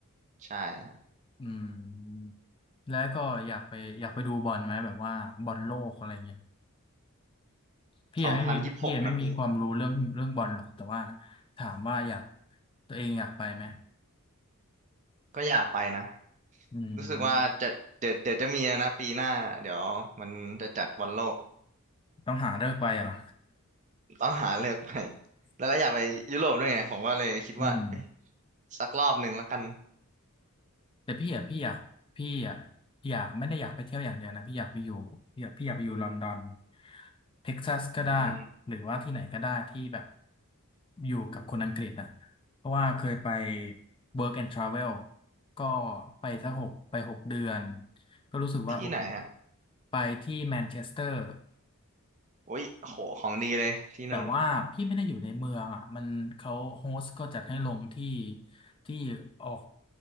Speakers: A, on the right; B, on the left.
A: ใช่ฮะ
B: อืมแล้วก็อยากไปอยากไปดูบอลไหมแบบว่าบอลโลกอะไรเงี้ยพี่ยังไม่มีพี่ยังไม่มีความรู้เรื่องเรื่องบอลหรอกแต่ว่า
A: สองพันยี่สิบหกนะพี่
B: ถามว่าอยากตัวเองอยากไปไหม
A: ก็อยากไปนะ
B: อืม
A: รู้สึกว่าจะเดี๋ยวเดี๋ยวจะมีนะปีหน้าเดี๋ยวมันจะจัดวันโลก
B: ต้องหาเลิกไปเหรอ
A: ต้องหาเลือกไปแล้วก็อยากไปยุโรปด้วยไงผมก็เลยคิดว่าเอ้ย
B: <laughs> อืม
A: สักรอบหนึ่งแล้วกัน
B: แต่พี่อ่ะพี่อยากพี่อ่ะอยากไม่ได้อยากไปเที่ยวอย่างเดียวนะพี่อยากไปอยู่พี่อยากพี่อยากไปอยู่ลอนดอนเท็กซัสก็ได้
A: อืม
B: หรือว่าที่ไหนก็ได้ที่แบบอยู่กับคนอังกฤษอ่ะเพราะว่าเคยไป work and travel ก็ไปสักหกไปหกเดือนก็รู้สึกว่าโอเค
A: ๆที่ไหนฮะ
B: ไปที่แมนเชสเตอร์
A: โอ้ยโหของดีเลยที่นู่น
B: แต่ว่าพี่ไม่ได้อยู่ในเมืองอ่ะมันเขาโฮสต์ก็จัดให้ลงที่ที่ออก